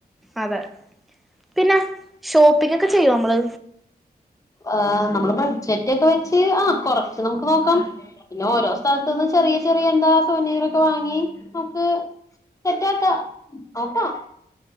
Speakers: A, in the centre; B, on the left.
A: അതെ പിന്നെ ഷോപ്പിംഗങ്ങൊക്കെ ചെയ്യോമ്മള്.
B: ആ നമ്മള് ബഡ്ജറ്റൊക്കെ വെച്ച് ആ കൊറച്ച് നമുക്ക് നോക്കാം. പിന്നെ ഓരോ സ്ഥലത്തൂന്ന് ചെറിയ ചെറിയ എന്താ സൊനേറൊക്കെ വാങ്ങി നമുക്ക് സെറ്റ് ആക്ക നോക്കാ